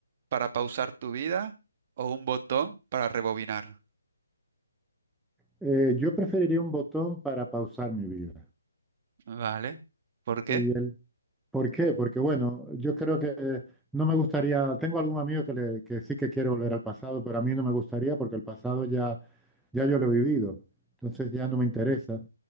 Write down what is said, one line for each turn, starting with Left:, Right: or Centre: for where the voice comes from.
Right: para pausar tu vida o un botón para rebobinar?
Centre: Eh, yo preferiría un botón para pausar mi vida.
Right: Vale. ¿Por qué?
Centre: Y el ¿Por qué? Porque bueno, yo creo que no me gustaría, tengo algún amigo que, le- que sí que quiere volver al pasado, pero a mí no me gustaría porque el pasado ya, ya yo lo he vivido, entonces ya no me interesa